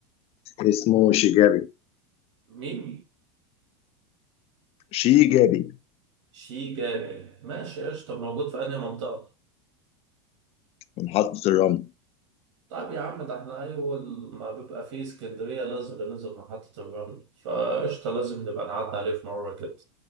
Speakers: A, on the left; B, on the right.
A: اسمه شيجابي
B: مين
A: شيجابي
B: شيجابي ماشي قشطه موجود في انهي منطقه
A: محطه الرمل
B: طيب يا عم ده احنا اول ما بيبقى فيه اسكندريه لازم بننزل محطه الرمل فقشطه لازم نبقى نعدي عليه في مره كده